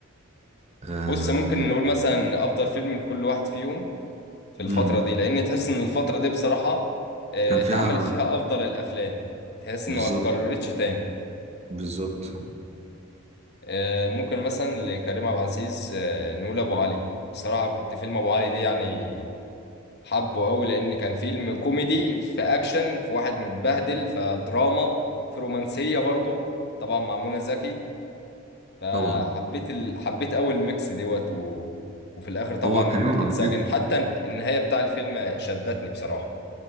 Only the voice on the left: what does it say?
بص ممكن نقول مثلا افضل فيلم لكل واحد فيهم في الفترة
دي لان تحس ان الفترة دي بصراحة آه،
اتعملت فيها افضل الافلام تحس
انه ما اتكررتش تاني
آه، ممكن مثلا لكريم عبد العزيز آه، نقول ابو علي بصراحة كنت فيلم ابو علي دي يعني حبه قوي لان كان فيلم كوميدي في اكشن في واحد متبهدل فدراما في رومانسيه برضو طبعا مع منى زكي فحبيت
ال... حبيت اول ميكس دوت و... وفي الاخر طبعا
اتسجن
حتى النهايه بتاع الفيلم شدتني بصراحه